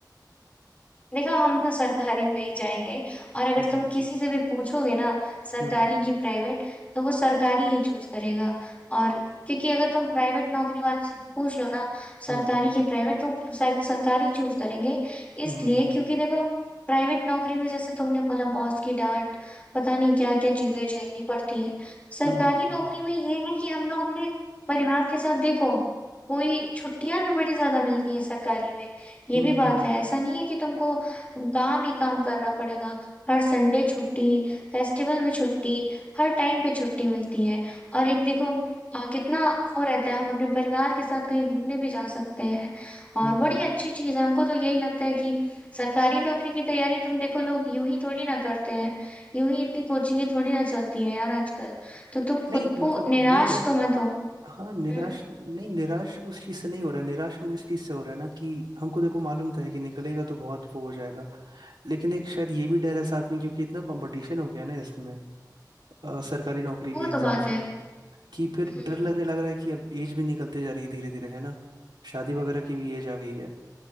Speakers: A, on the left; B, on the right.
A: देखो हम तो सरकारी पे ही जाएंगे और अगर
B: हम्म
A: तुम किसी से भी पूछोगे ना सरकारी
B: हम्म
A: की प्राइवेट तो वो सरकारी ही चूज करेगा और क्योंकि अगर तुम प्राइवेट नौकरी वालों से भी पूछ लो ना सरकारी
B: हम्म
A: की प्राइवेट तो सर- सरकारी चूज करेंगे इसलिए
B: हम्म
A: क्योंकि देखो प्राइवेट नौकरी में जैसे तुमने बोला बॉस की डांट पता नहीं क्या क्या चीजें झेलनी पड़ती हैं सरकारी
B: हम्म हम्म
A: नौकरी
B: हम्म
A: में ये है कि हम लोग अपने परिवार के साथ देखो कोई छुट्टियां भी बड़ी ज्यादा मिलती हैं सरकारी में ये
B: हम्म
A: भी बात
B: हम्म हम्म,
A: है ऐसा नहीं है कि तुमको तुम काम ही काम करना पड़ेगा हर संडे छुट्टी फेस्टिवल में छुट्टी हर टाइम पे छुट्टी मिलती है और एक देखो आ, कितना वो रहता है हम अपने परिवार के साथ कहीं घूमने भी जा सकते हैं और
B: हम्म, हम्म।
A: बड़ी अच्छी चीज है हमको तो यही लगता है कि सरकारी नौकरी की तैयारी तुम देखो लोग यूं ही थोड़ी ना करते हैं यूं ही इतनी कोचिंगें थोड़ी ना चलती हैं यार आजकल तो तुम
B: नहीं
A: खुद
B: मतलब
A: को निराश
B: वही है
A: तो मत हो
B: हाँ निराश
A: हम्म
B: नहीं निराश उस चीज़ से नहीं हो रहा है निराश हम इस चीज़ से हो रहा है ना कि हमको देखो मालूम तो है कि निकलेगा तो बहुत वो हो जाएगा लेकिन एक शायद ये भी डर है साथ में क्योंकि इतना कंपटीशन हो गया ना इसमें अ, सरकारी नौकरी
A: वो
B: के एग्जाम्स
A: तो बात है
B: में कि फिर
A: हम्म
B: डर लगने लग रहा है कि अब एज भी निकलते जा रही है धीरे धीरे है ना शादी वगैरह की भी एज आ गई है